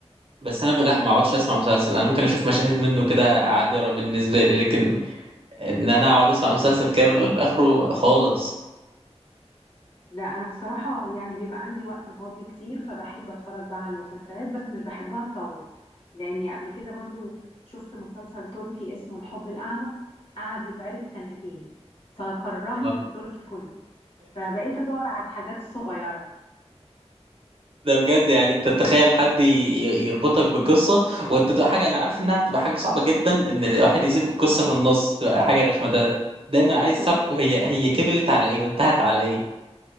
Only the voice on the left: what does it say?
لا انا بصراحه يعني بيبقى عندي وقت فاضي كتير فبحب اتفرج بقى على المسلسلات بس مش بحبها تطول لاني قبل كده برضو شفت مسلسل تركي اسمه الحب الاعمى قعد يتعرض سنتين فكرهني
في التركي كله فبقيت ادور على الحاجات الصغيره
ايوه